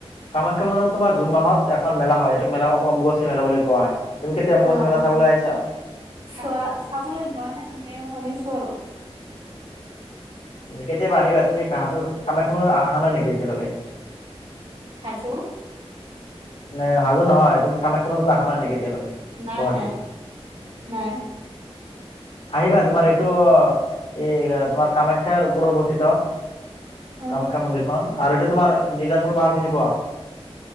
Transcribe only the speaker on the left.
কামাখ্যা মন্দিৰত তোমাৰ জুন মাহত এখন মেলা হয়, এইটো মেলা অম্ববাচী মেলা বুলি কোৱা হয়। তুমি কেতিয়া <unintelligible>
মেলা চাবলৈ আহিছা?
কেতিয়াবা আহিবা তুমি <unintelligible> কামাখ্যা মন্দিৰত অহা নাই নেকি এতিয়ালৈকে?
<unintelligible> হাজো‌ নহয় তুমি কামাখ্যা মন্দিৰত অহা নাই নেকি এতিয়ালৈকে
গুৱাহাটীত?
আহিবা তোমাৰ এইটো, এই তোমাৰ কামাখ্যাৰ ওপৰত <unintelligible>
কামাখ্যা মন্দিৰখন, আৰু এইটো তোমাৰ নীলাচল পাহাৰ চিনি পোৱা?